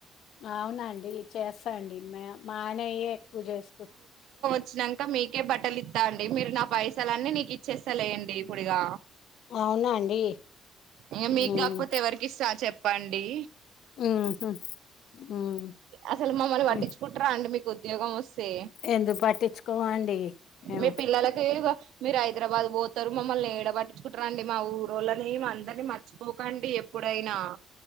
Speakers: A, on the left (about 65°); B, on the right (about 85°).
A: అవునండి చేస్తా అండి మ్య మాఐనయే ఎక్కువ చేసుకు
B: చ్చినంక మీకే బట్టలు ఇత్తా అండి మీరు నా పైసలన్నీ నీకు ఇచ్చేస్తలేండి ఇప్పుడిగా
A: అవునా అండి
B: ఇగ మీక్
A: ఉమ్
B: కాకపోతె ఎవరికిస్తా చెప్పండీ
A: ఉహు ఉమ్ ఉమ్,
B: అసలు మమ్మల్ని పట్టించుకుంట్రా
A: ఉమ్.
B: అండి మీకు ఉద్యోగం ఒస్ స్తే
A: ఎందుకు పట్టించుకోమండి మేము
B: మీ పిల్లలకి మీర్ ఐదరాబాద్ బోతరు మమ్మల్ని ఏడ పట్టించుకుటరండి మా ఊరోళ్ళని మా అందర్ని మర్చిపోకండి ఎప్పుడైనా